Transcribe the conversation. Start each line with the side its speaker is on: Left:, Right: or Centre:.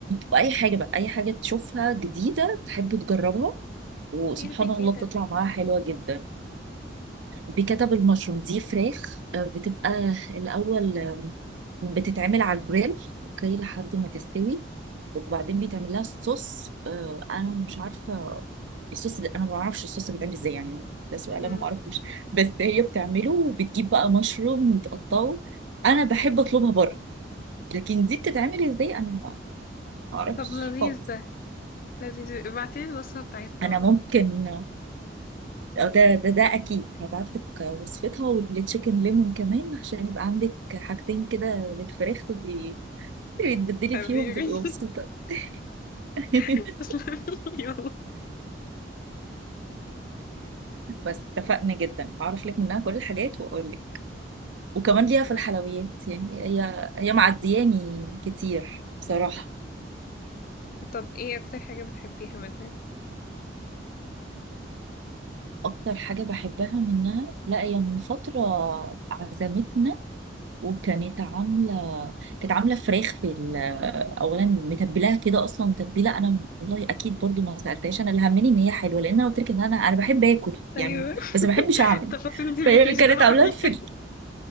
Right: واي حاجه بقى اي حاجه تشوفها جديده تحب تجربها وسبحان
Left: ايه البيكاتة
Right: الله بتطلع
Left: دي
Right: معاها حلوه جدا بكتب المشروم دي فراخ آه، بتبقى الأول آم، بتتعمل على الجريل اوكي لحد ما تستوي وبعدين بيتعمل لها صوص آه، انا مش عارفة الصوص ده انا ما بعرفش الصوص بيتعمل ازاي يعني ده سؤال
Left: مم.
Right: انا ما اعرفوش بس هي بتعمله وبتجيب بقى مشروم وتقطعه انا بحب اطلبها بره لكن دي بتتعمل ازاي انا ما اعرفش
Left: طب لذيذ
Right: خالص
Left: ده لذيذ ابعتيلي الوصفة بتاعتها
Right: انا
Left: بقى
Right: ممكن أو ده ده ده اكيد هبعت لك وصفتها والتشيكن ليمون كمان عشان يبقى عندك حاجتين كده للفراخ تبقي <laughs> تبقي تبدلي
Left: حبيبي
Right: فيهم وتبقي مبسوطه <laughs>
Left: <laughs> تسلمي يلا
Right: بس اتفقنا جدا هعرف لك منها كل الحاجات واقول لك وكمان
Left: خلاص
Right: ليها
Left: اتفقنا
Right: في الحلويات يعني هي هي معدياني كتير بصراحه
Left: طب ايه اكتر حاجة بتحبيها منها
Right: اكتر حاجه بحبها منها لا هي من فتره عزمتنا وكانت عامله كانت عامله فراخ في ال... اولا متبلاها كده اصلا تتبيله انا والله اكيد برضو ما سالتهاش انا اللي همني ان هي حلوه لان انا قلت لك ان انا انا بحب اكل يعني
Left: ايوه
Right: بس ما بحبش
Left: <laughs>
Right: اعمل
Left: التفاصيل دي
Right: فهي
Left: ماليش
Right: كانت
Left: دعوة
Right: عاملاها
Left: بيها
Right: في
Left: <laughs>